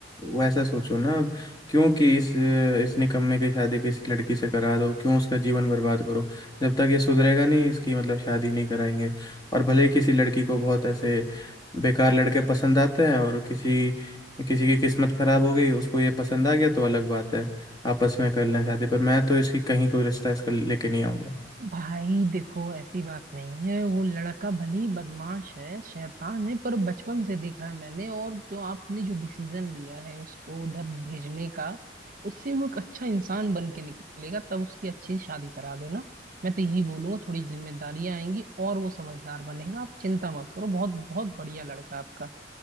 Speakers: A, on the left; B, on the right.
A: वैसा सोचो ना आप, क्यों कि इस इस निकम्मे की शादी किसी लड़की से करा दो क्यों उसका जीवन बर्बाद करो जब तक ये सुधरेगा नहीं इसकी मतलब शादी नहीं कराएंगे और भले ही किसी लड़की को बहुत ऐसे बेकार लड़के पसंद आते हैं और किसी किसी की किस्मत खराब हो गई उसको ये पसंद आ गया तो अलग बात है आपस में कर लें शादी पर मैं तो इसकी कहीं कोई रिश्ता इसका लेके नहीं आऊंगा
B: भाई देखो ऐसी बात नहीं है वो लड़का भले ही बदमाश है शैतान है पर बचपन से देखा है मैंने और जो आपने जो डिसीजन लिया है उसको उधर भेजने का उससे वो एक अच्छा इंसान बन के निकलेगा तब उसकी अच्छी शादी करा देना मैं तो यही बोलूंगा थोड़ी जिम्मेदारियां आएंगी और वो समझदार बनेगा आप चिंता मत करो बहुत बहुत बढ़िया लड़का है आपका